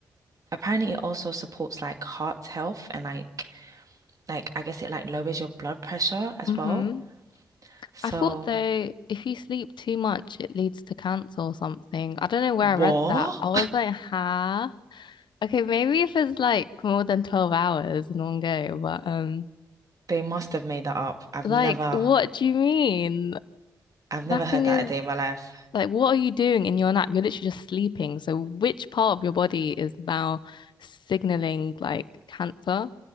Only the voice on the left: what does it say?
Mm-hmm.
I thought though, if you sleep too much, it leads to cancer or something. I don't know where
I read that. I was like, huh? Okay, maybe if it's like more than 12 hours in one go, but um,
like,
what do you mean?
Napping
is
like, what are you doing in your nap? You're literally just sleeping. So which part of your body is now signaling like cancer,